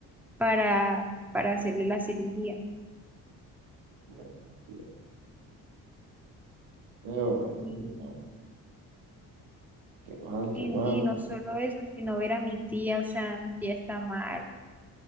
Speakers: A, in the centre; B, on the right.
A: para, para hacerle la cirugía.
B: Bueno, Dios mío,
A: Y,
B: no, qué mal, qué
A: y,
B: mal.
A: y no solo eso, sino ver a mi tía, o sea, mi tía está mal,